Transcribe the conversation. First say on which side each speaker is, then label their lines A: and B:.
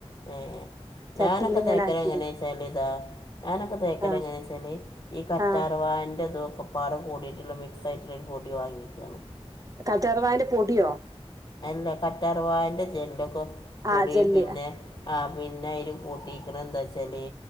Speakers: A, on the left; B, on the right.
A: ഏ
B: ചട്ടിൽ
A: ഞാനൊക്കെ
B: ഇങ്ങനെ
A: തേക്കല്
B: ആക്കില്ലേ
A: എങ്ങനെച്ചാല് ഇതാ ഞാനൊക്കെ തേക്കല്
B: ആ ആ
A: എങ്ങനെച്ചാല് ഈ കറ്റാർവാഴന്റെ
B: ആ
A: ഇതൊ ക്കൊപ്പാടെ കൂടിയിട്ട്ള്ള മിക്സ് ആയിട്ട്ള്ളൊരു പൊടി വാങ്ങിക്കാണ്
B: കറ്റാർവാഴന്റെ പൊടിയോ
A: അല്ല കറ്റാർവാഴന്റെ ജെല്ലൊക്കെ പൊടി
B: ആ ജെല്ല്
A: പിന്നെ ആ പിന്നെ അയില് കൂട്ടി പിന്നെ എന്താചാല്